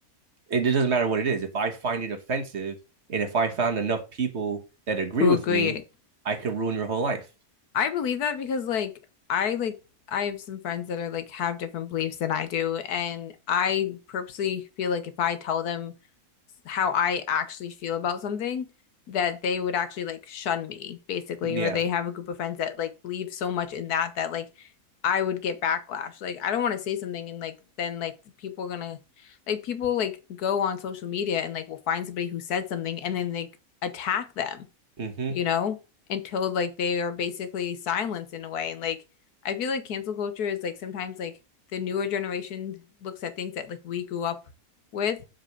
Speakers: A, on the right; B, on the left.
A: it doesn't matter what it is. If I find it offensive, and if I found enough people that agree
B: who
A: with
B: agree?
A: me, I could ruin your whole life.
B: I believe that because like I like I have some friends that are like have different beliefs than I do, and I purposely feel like if I tell them how I actually feel about something, that they would actually like shun me basically,
A: Yeah.
B: or they have a group of friends that like believe so much in that that like I would get backlash. Like I don't want to say something and like then like the people are gonna like people like go on social media and like will find somebody who said something and then they attack them
A: Mm-hmm.
B: you know, until like they are basically silenced in a way. And like I feel like cancel culture is like sometimes like the newer generation looks at things that like we grew up with